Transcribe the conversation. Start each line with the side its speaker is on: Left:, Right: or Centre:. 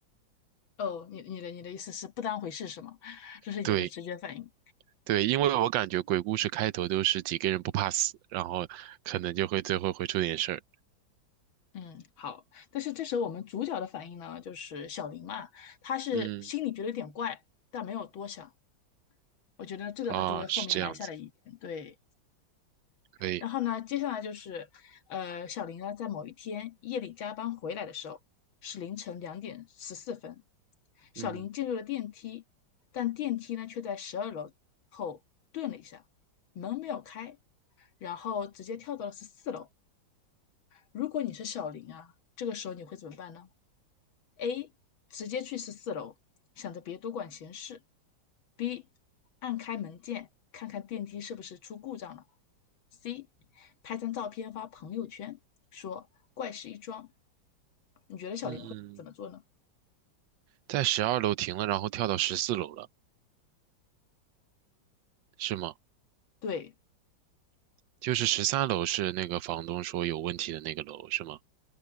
Left: 哦，你你的你的意思是不当回事是吗？<laughs> 这是你的直觉反应。
Right: 对对，因为我感觉鬼故事开头都是几个人不怕死，然后可能就会最后会出点事儿。
Left: 嗯，好。但是这时候我们主角的反应呢，就是小林嘛，他是心里觉得有点怪，
Right: 嗯
Left: 但没有多想。我觉得这个呢，
Right: 啊，
Left: 就为后面埋下了疑点对。
Right: 是这样子，可以。
Left: 然后呢，接下来就是，呃，小林呢，在某一天夜里加班回来的时候，是凌晨两点十四分。小林进入了电梯，
Right: 嗯
Left: 但电梯呢却在十二楼后顿了一下，门没有开，然后直接跳到了十四楼。如果你是小林啊，这个时候你会怎么办呢？：A. 直接去十四楼，想着别多管闲事；B. 按开门键，看看电梯是不是出故障了；C. 拍张照片发朋友圈，说怪事一桩。你觉得小林会怎么做呢？
Right: 嗯，在十二楼停了，然后跳到十四楼了，是吗？
Left: 对，
Right: 就是十三楼是那个房东说有问题的那个楼是吗？